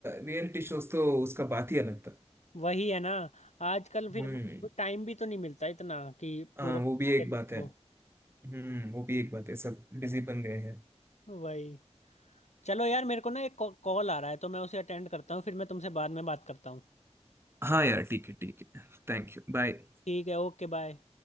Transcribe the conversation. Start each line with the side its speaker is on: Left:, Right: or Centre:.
Right: रियलिटी शोज तो उसका बात ही अलग था
Left: वही है ना आजकल फिर
Right: हम्म
Left: टाइम भी तो नहीं मिलता इतना कि
Right: हाँ
Left: पूरा देखो।
Right: वो भी एक बात है हम्म वो भी एक बात है सब बिजी बन गए हैं
Left: वही चलो यार मेरे को ना एक कॉल आ रहा है तो मैं उसे अटेंड करता हूँ फिर मैं तुमसे बाद में बात करता हूँ
Right: हाँ यार ठीक है ठीक है थैंक यू बाय
Left: ठीक है ओके बाय